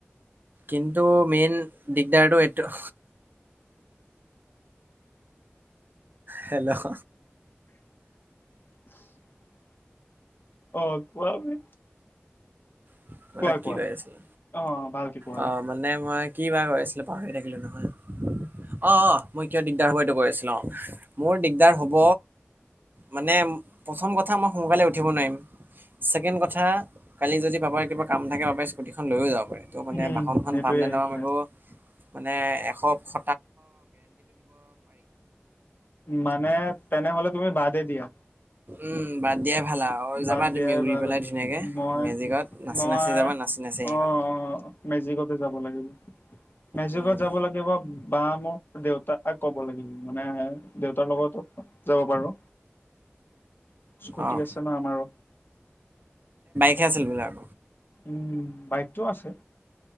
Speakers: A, on the right; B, on the left.
A: কিন্তু মেইন দিগদাৰটো এইটো হেল্ল'
B: <unintelligible> অ কোৱা বে
A: এইবিলাক
B: কোৱা
A: কি
B: কোৱা
A: কয় আছিল
B: অ ভালকে কোৱা
A: অ
B: বে
A: মানে মই কি বাৰ কৈ আছিলো পাহৰি থাকিলো নহয় অ অ মই কিয় দিগদাৰ হ'ব এইটো কৈ আছিলো অ মোৰ দিগদাৰ হব মানে প্ৰথম কথা মই সোনকালে উঠিব নোৱাৰিম ছেকেণ্ড কথা কালি যদি পাপাৰ কিবা কাম থাকে বাবে স্কুটিখন লৈয়ও যাব পাৰে ত' মানে
B: উম
A: বাহনখন
B: সেইটোয়ে
A: পাম নে নাপাম
B: সেইটোয়ে
A: আকৌ মানে এশ স
B: মানে তেনেহলে তুমি বাদে দিয়া
A: উম বাদ দিয়া ভালা যাবা
B: বাদ দিয়াই
A: তুমি উৰি
B: ভাল
A: পেলাই ধুনীয়াকে
B: মই
A: মেজিকত নাচি
B: মই
A: নাচি যাবা নাচি নাচি আহিবা
B: অ অ মেজিকতে যাব লাগিব মেজিকত
A: উম,
B: যাব লাগিব বা মোক দেউতা তাক ক'ব লাগিব মানে দেউতাৰ লগতো যাব পাৰো স্কুটি
A: অ'
B: আছে ন আমাৰো
A: কি আছিল সেইবিলাক
B: উম বাইকটো আছে